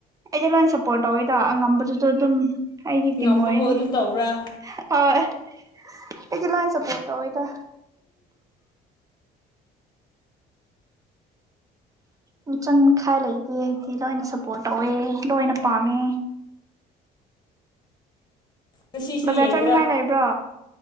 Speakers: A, on the right; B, on the left.
A: ꯑꯩꯗꯤ ꯂꯣꯏꯅ ꯁꯄꯣꯔꯠ ꯇꯧꯋꯤꯗ ꯑꯉꯝꯕ ꯑꯗꯨꯗꯣ ꯑꯗꯨꯝ ꯑꯩꯒꯤ ꯇꯤꯝ
B: ꯉꯝꯕꯕꯨ
A: ꯑꯣꯏꯔꯦ꯫
B: ꯑꯗꯨꯝ ꯇꯧꯕ꯭ꯔꯥ
A: <unintelligible> ꯑꯩꯗꯤ ꯂꯣꯏꯅ ꯁꯄꯣꯔꯇ ꯇꯧꯋꯤꯗ꯫ ꯃꯤꯆꯪ ꯃꯤꯈꯥꯏ ꯂꯩꯇꯦ ꯑꯩꯗꯤ ꯂꯣꯏꯅ ꯁꯞꯄꯣꯔꯠ ꯇꯧꯋꯦ ꯂꯣꯏꯅ ꯄꯥꯝꯃꯦ꯫
B: ꯉꯁꯤꯁꯨ
A: ꯕꯖꯥꯔ
B: ꯌꯦꯡꯒꯦꯔꯥ
A: ꯆꯠꯅꯤꯡꯉꯥꯏ ꯂꯩꯕ꯭ꯔꯣ